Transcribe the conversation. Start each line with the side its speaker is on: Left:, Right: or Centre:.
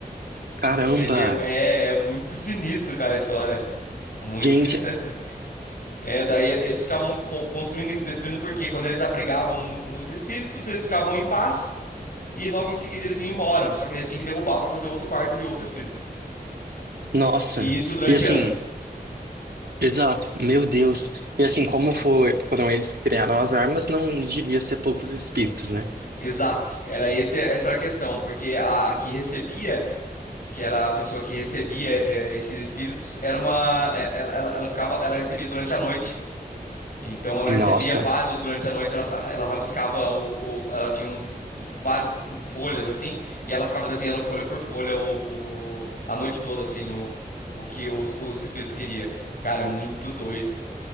Right: Caramba!
Left: entendeu? É, é muito sinistro, cara, a história. Muito
Right: Gente,
Left: sinistro a história. É, daí eles ficavam con- construindo e destruindo, porque quando eles abrigavam os espíritos, eles ficavam em paz. E logo em seguida eles vinham embora, só que eles tinham que derrubar para fazer outro quarto de outro espírito.
Right: nossa.
Left: E isso durante
Right: E assim,
Left: anos.
Right: Exato, meu Deus. E assim, como foi, foram eles que criaram as armas, não devia ser poucos espíritos, né?
Left: Exato, era esse, essa era a questão, porque a, a que recebia, que era a pessoa que recebia eh, esses espíritos, era uma, eh, ela, ela, ela ficava, ela recebia durante a noite. Então ela recebia
Right: Nossa,
Left: vários durante a noite, ela, fa- ela rabiscava o, o- ela tinha um, um- várias folhas assim, e ela ficava desenhando folha por folha o, o- a noite toda assim o, o que o- os espíritos queria Cara, é muito doido.